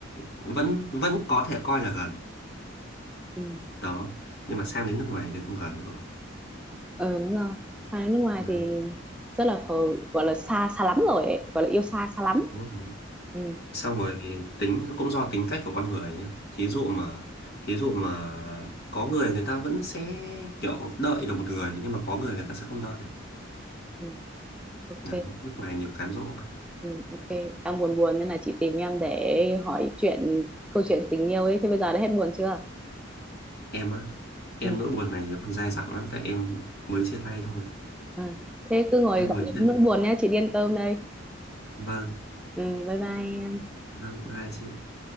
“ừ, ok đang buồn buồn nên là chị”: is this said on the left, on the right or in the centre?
Centre